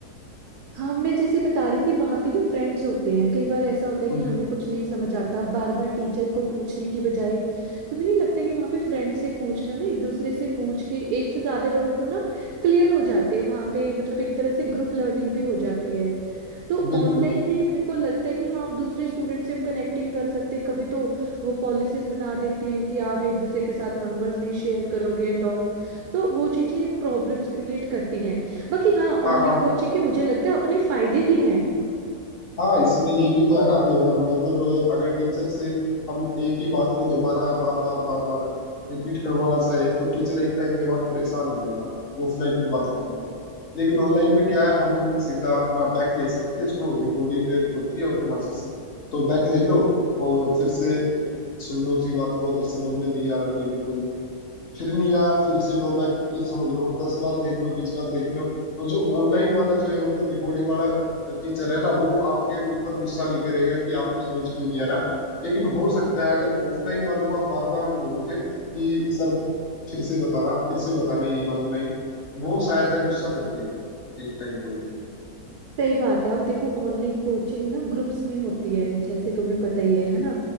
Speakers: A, on the right; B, on the left.
A: हाँ मैं जैसे बता रही थी वहां पे ना फ्रेंड्स होते हैं कई बार ऐसा होता है
B: हम्म,
A: कि हमें कुछ नहीं समझ आता बार बार टीचर को पूछने की बजाय तो मुझे नहीं लगता है कि वहां पे फ्रेंड से पूछ लो ना एक दूसरे से पूछ के एक से ज्यादा डाउट में ना क्लियर हो जाते हैं वहां पे मतलब एक तरह से ग्रुप लर्निंग भी हो जाती है तो
B: बिल्कुल
A: ऑनलाइन में मेरे को लगता है कि हाँ आप दूसरे स्टूडेंट से हम कनेक्ट ही नहीं कर सकते कभी तो वो पॉलिसीज बना देते हैं कि आप एक दूसरे के साथ नंबर्स नहीं शेयर करोगे एंड ऑल तो वो चीजें प्रॉब्लम्स क्रिएट करती हैं बाकी हाँ ऑनलाइन
B: हाँ हाँ हाँ
A: कोचिंग के मुझे लगता है अपने फायदे भी हैं
B: हाँ इसमें ये भी तो है ना फिर हम मतलब अगर टीचर से हम एक ही बात को दोबारा बार बार बार बार रिपीट करवाना चाहे तो टीचर एक टाइम के बाद परेशान हो जाएगा ऑफलाइन की बात कर रहा हूँ लेकिन ऑनलाइन में क्या है हम सीधा अपना बैक ले सकते हैं उसको रिकॉर्डेड होती है वो क्लासेस तो बैक ले लो और फिर से सुन लो उसी बात को अगर समझ में नहीं आ रहा कोई भी पॉइंट फिर नहीं आया फिर से लो बैक फिर समझ लो दस बार देख लो बीस बार देख लो तो जो ऑनलाइन वाला जो ये मतलब रिकॉर्डिंग वाला टीचर है ना वो आपके ऊपर गुस्सा नहीं करेगा कि आपको समझ क्यों नहीं आ रहा लेकिन हो सकता है अगर ऑफलाइन वाले को आप बार बार में बोलोगे कि सर फिर से बताना फिर से बताना यही वाली लाइन वो शायद है गुस्सा कर दे एक टाइम पे
A: सही बात है अब देखो ऑनलाइन कोचिंग ना ग्रुप्स में होती है जैसे तुम्हें पता ही है है ना